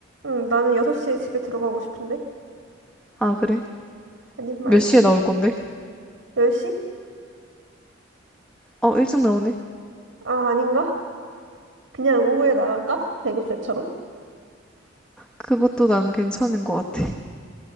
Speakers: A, on the right; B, in the centre.
A: 응, 나는 6시에 집에 들어가고 싶은데.
B: 아, 그래?
A: 아님
B: 몇
A: 말고.
B: 시에 나올 건데?
A: 10시?
B: 어, 일찍 나오네.
A: 아, 아닌가? 그냥 오후에 나갈까? 대구 때처럼?
B: 그것도 난 괜찮은 것 같아.